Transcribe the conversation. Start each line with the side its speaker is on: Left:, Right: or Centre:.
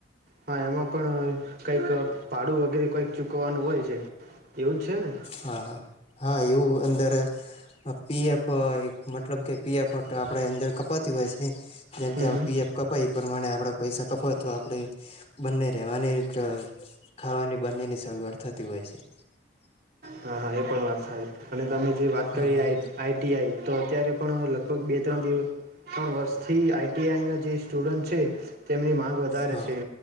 Right: હા એમાં પણ કઈક ભાડું વગેરે કઈક ચૂકવાનું હોય છે એવું જ છે ને
Left: હા હા હા એવું અંદર પીએફ મતલબ કે પીએફ આપણે અંદર કપાતી હોય છે જેમ
Right: હમ
Left: કે
Right: હમ
Left: પીએફ ક પાઈપ પ્રમાણે આપણા પૈસા કપો તો આપણે બંને રેવાની ખાવાની બંનેની સગવડ થતી હોય છે <inaudible>
Right: હા હા એ પણ વાત સા અને તમે જે વાત
Left: હા
Right: કરીએ
Left: હા.
Right: આ આઈટીઆઈ તો અત્યારે પણ લ લગભ બે ત્રણ દિવ ત્રણ વર્ષથી આઈટીઆઈના જે સ્ટુડન્ટ છે તેમની માંગ વધારે
Left: હા
Right: છે
Left: હા.